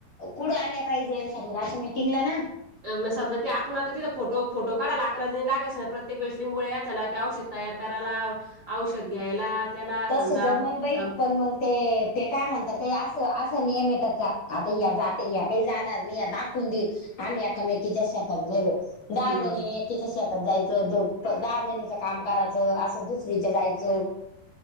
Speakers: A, on the left; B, on the right.
A: कुठं आल्या पाहिजे समजा आसं मिटिंगला ना?
B: आनं म समजा ते आपण आता तिथं फोटो फोटो काढाला आकराजणी लागसं ना प्रत्येक वेळीस लिंबोळ्या चला ते औशध तयार करायला, औषध घ्यायला. त्याला
A: तसं
B: समजा
A: जमनबाई
B: अं
A: पण मंग. ते ते काय म्हणताते आस आसा नियम आहे त्याचा आता ह्या जाते ह्या काही जाणार मी या दाखवून देईल. आम्ही एकामेकीच्या शेतात गेलो दहा
B: हम्म
A: जणीनी एकीच्या शेतात जायचं जोड. दहा जणीच काम करायचं असं दुसरीच जायचं.